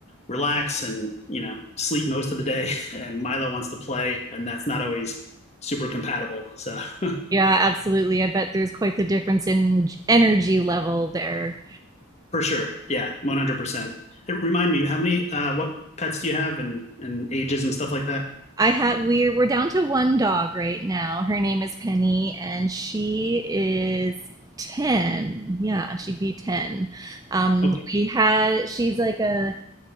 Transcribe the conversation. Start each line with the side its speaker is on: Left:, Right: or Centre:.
Left: relax and you know sleep most of the day, <laughs> and Milo wants to play, and that's not always super compatible. So <laughs>
Right: Yeah, absolutely. I bet there's quite the difference in j- energy level there.
Left: for sure, yeah, one hundred percent. Hey, Remind me, how many uh, what pets do you have, and and ages and stuff like that?
Right: I have we're we're down to one dog right now. Her name is Penny and she is 10. Yeah, she'd be 10. Um,
Left: Okay,
Right: we had she's like a